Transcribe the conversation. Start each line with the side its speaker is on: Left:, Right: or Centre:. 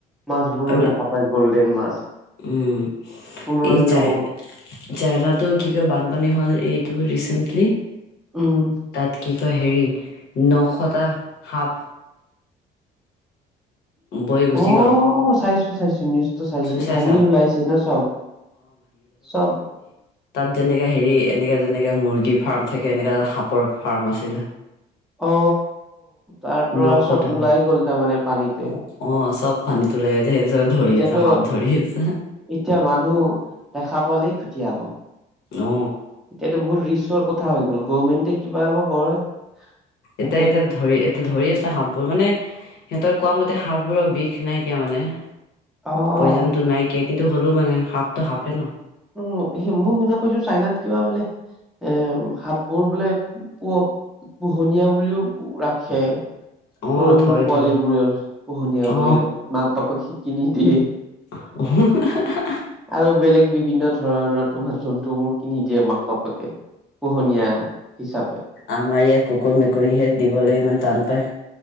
Centre: মাছবোৰো
Left: আৰু
Centre: দেখা পায় গ'ল্ডেন মাছ,
Left: উম,
Centre: সোণালী
Left: এই চাই
Centre: ৰঙৰ।
Left: চাইনাটো কি কয়, বানপানী হ'ল এইটো ৰিচেন্টলি।
Centre: উম,
Left: তাত কি কয় হেৰি, নশটা সাপ। বৈ গুচি
Centre: অ,
Left: গ'ল
Centre: চাইছো চাইছো, নি চাইছো, চাইছো
Left: তুমি চাইছা
Centre: ভাঙি ওলাইছে ন, চ'ব চ'ব?
Left: তেনেকে হেৰি এনেকে যেনেকে মুৰ্গী ফাৰ্ম থাকে, এনেকা তাত সাপৰ ফাৰ্ম আছিল।
Centre: অ, তাৰপৰা
Left: নশটা
Centre: চ'ব ওলাই গ'ল তাৰমানে পানীতে।
Left: অ অ, চ'ব পানীত লাগে সেই চবে ধৰি
Centre: এতিয়াতো
Left: আছে সাপ ধৰি আছে।
Centre: এতিয়া মানুহ, দেখা পালেই খুতিয়াব।
Left: অ
Centre: এতিয়াতো বহুত ৰিক্সৰ কথা হৈ গ'ল, গভৰ্মেণ্টে কিবা কৰে। তাতে।
Left: এতিয়া এতিয়া ধৰি, এতিয়া ধৰি আছে সাপবোৰ, মানে সিহঁতৰ কোৱা মতে সাপবোৰৰ বিষ নাইকিয়া মানে।
Centre: অ'।
Left: পইজনটো নাইকিয়া, কিন্তু হ'লেও মানে সাপটো সাপে ন,
Centre: উম, সেই মই শুনা পাইছো চাইনাত কিবা বোলে এ, সাপবোৰ বোলে প, পোহনীয়া বুলিও ৰাখে।
Left: অ
Centre: সৰু সৰু
Left: থয়
Centre: পোৱালীবোৰেও
Left: থয়
Centre: পোহনীয়া
Left: অ
Centre: বুলি মাক বাপাক শিকি নিদিয়ে।
Left: <unintelligible>
Centre: আৰু বেলেগ বিভিন্ন ধৰণৰ তোমাৰ জন্তুবোৰ কিনি দিয়ে মাক বাপেকে। পোহনীয়া হিচাপে।
Left: আমাৰ ইয়াত কুকুৰ মেকুৰীহেত দিবলৈ ইমান টান পায়।